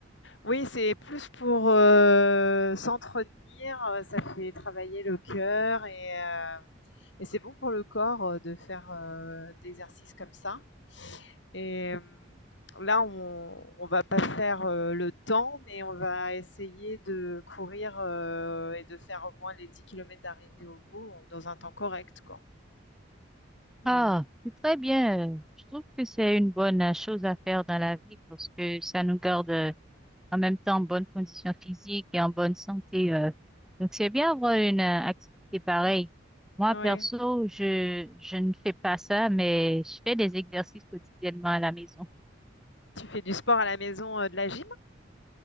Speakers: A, on the left; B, in the centre.
A: Oui, c'est plus pour, heu, s'entretenir, heu, ça fait travailler le cœur et heu et c'est bon pour le corps, heu, de faire, heu, d'exercices comme ça et hem, là, on on va pas faire, heu, le temps, mais on va essayer de courir, heu et de faire au moins les 10 kilomètres d'arrivée au bout, euh, dans un temps correct, quoi. Voilà.
B: Ah, c'est très bien. Je trouve que c'est une bonne euh, chose à faire dans la vie parce que ça nous garde euh, en même temps en bonne condition physique et en bonne santé. euh. Donc, c'est bien avoir une euh, activité pareille. Moi,
A: Oui.
B: perso, je, je ne fais pas ça, mais je fais des exercices quotidiennement à la maison.
A: Tu fais du sport à la maison, heu, de la gym?